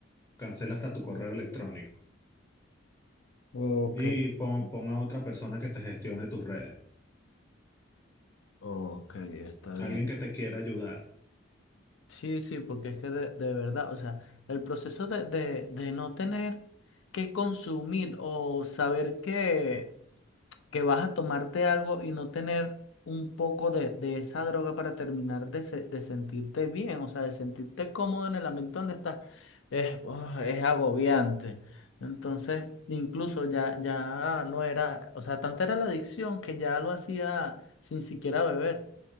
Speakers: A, on the left; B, on the left.
A: cancela hasta tu correo electrónico
B: Ok.
A: y pon, pon a otra persona que te gestione tus redes,
B: Ok, está bien.
A: alguien que te quiera ayudar.
B: Sí, sí, porque es que de, de verdad, o sea, el proceso de, de, de no tener que consumir o saber que, que vas a tomarte algo y no tener un poco de, de esa droga para terminar de, se- de sentirte bien, o sea, de sentirte cómodo en el ambiente donde estás, es, oh, es agobiante. Entonces, incluso ya, ya no era, o sea, tanta era la adicción que ya lo hacía sin siquiera beber.